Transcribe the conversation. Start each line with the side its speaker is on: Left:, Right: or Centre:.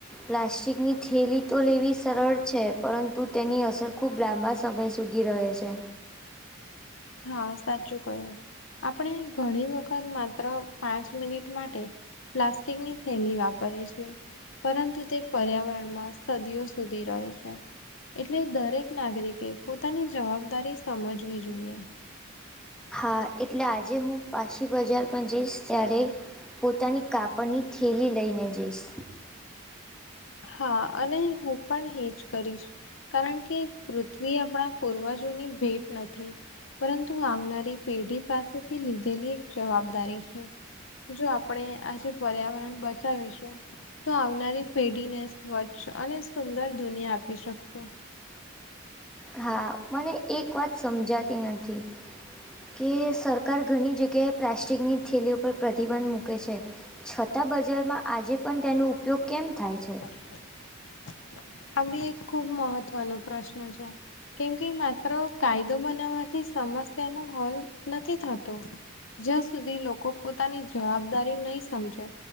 Centre: પ્લાસ્ટિકની થેલી તો લેવી સરળ છે, પરંતુ તેની અસર ખૂબ લાંબા સમય સ સુધી રહે છે.
Left: હા સાચું કહ્યું. આપણે ઘણી વખત માત્ર પાંચ મિનિટ માટે પ્લાસ્ટિકની થેલી વાપરીએ છે. પરંતુ તે પર્યાવરણમાં સદીઓ સુધી રહે છે. એટલે દરેક નાગરિકે પોતાની જવાબદારી સમજવી જોઈએ.
Centre: હા. એટલે આજે હું પાછી બજાર પણ જઈશ ત્યારે પોતાની કાપડની થેલી લઈને જઈશ.
Left: હા. અને હું પણ હે જ કરીશ. કારણ કે પૃથ્વી આપણા પૂર્વજોની ભેટ નથી. પરંતુ આવનારી પેઢી પાસેથી લીધેલી એક જવાબદારી છે. જો આપણે આજે પર્યાવરણ બચાવીશું, તો આવનારી પેઢ ઢીને સ્વચ્છ અને સુંદર દુનિયા આપી શકશું.
Centre: હા. <unintelligible> મને એક વાત સમજાતી નથી. કે સરકાર ઘણી જગ્યાએ પ્લાસ્ટિકની થેલીઓ પર પ્રતિબંધ મૂકે છે. છતાં બજારમાં આજે પણ તેનો ઉપયોગ કેમ થાય છે?
Left: <inaudible> આ બી એક ખુબ મહત્વનો પ્રશ્ન છે. કેમ કે માત્ર કાયદો બનાવવાથી સમસ્યા નો હલ નથી થતો. જ્યાં સુધી લોકો પોતાની જવાબદારી નહીં સમજે